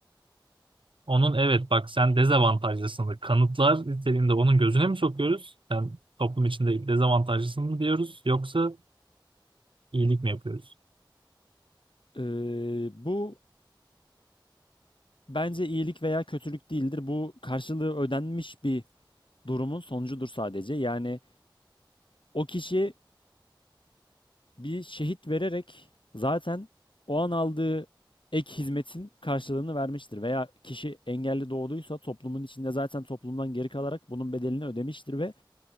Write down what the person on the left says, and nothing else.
Ee, bu bence iyilik veya kötülük değildir. Bu karşılığı ödenmiş bir durumun sonucudur sadece. Yani o kişi bir şehit vererek zaten o an aldığı ek hizmetin karşılığını vermiştir. Veya kişi engelli doğduysa toplumun içinde zaten toplumdan geri kalarak bunun bedelini ödemiştir ve